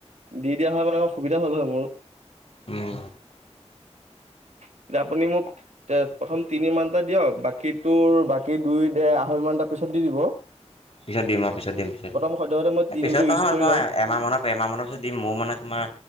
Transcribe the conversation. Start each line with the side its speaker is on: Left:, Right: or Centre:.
Right: দি দিয়া হয় মানে সুবিধা হল হয় মোৰ
Left: উম,
Right: এতিয়া আপুনি মোক এ প্ৰথম তিনি মানটা দিয়ক বাকী তোৰ বাকী দুই দু ই মানটা পিছত দি দিব
Left: পিছত দিম আৰু পিছত দিম পিছত
Right: প্ৰথম
Left: দিম।
Right: সদ্যহতে মই তিনিটো
Left: পিছত
Right: ইউজ
Left: নহয়
Right: কৰি
Left: ম তোমাৰ
Right: লওঁ।
Left: এমাহ মানৰ এমাহ মানৰ পিছত দিম মোৰ মানে তোমাৰ